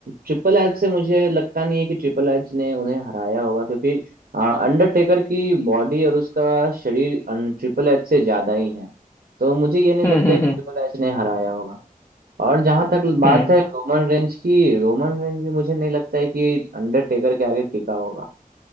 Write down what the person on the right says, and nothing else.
ट्रिपल एच से मुझे लगता नहीं है कि ट्रिपल एच ने उन्हें हराया होगा क्योंकि अंडरटेकर की बॉडी और उसका शरीर ट्रिपल एच से ज्यादा ही है तो मुझे ये नहीं
लगता
है कि ट्रिपल एच ने हराया होगा और जहां तक बात
है रोमन रेंज की रोमन रेंज भी मुझे नहीं लगता है कि अंडरटेकर के आगे टिका होगा